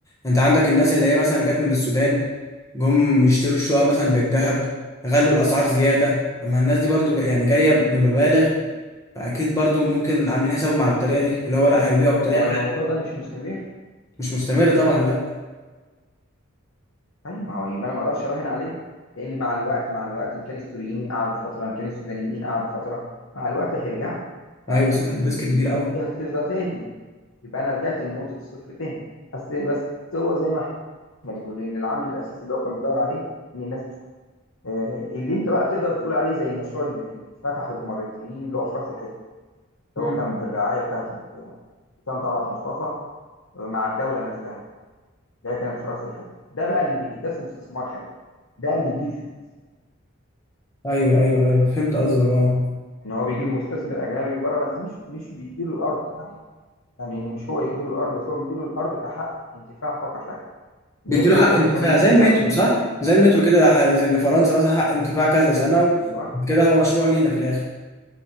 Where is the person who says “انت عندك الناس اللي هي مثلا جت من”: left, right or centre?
Left